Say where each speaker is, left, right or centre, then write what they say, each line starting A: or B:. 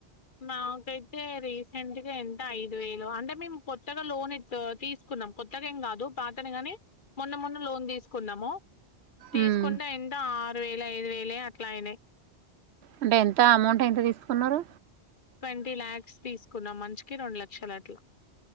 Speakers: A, on the left; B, on the right.
A: నాకైతే రీసెంట్గా ఎంత ఐదు వేలు అంటే మేము కొత్తగా లోన్ ఎత్ తీసుకున్నాం. కొత్తగా ఏం కాదు పాతనే గాని మొన్న మొన్ననే లోన్ తీసుకున్నము. తీసుకుంటే
B: ఉమ్
A: ఎంత ఆ రు వేలు ఐదు వేలేయ్ అట్లా అయినయి.
B: అంటే ఎంత అమౌంట్ ఎంత తీసుకున్నరు.
A: ట్వంటీ ల్యాక్స్ తీసుకున్నాం మనిషికి రెండు లక్షలు అట్లా.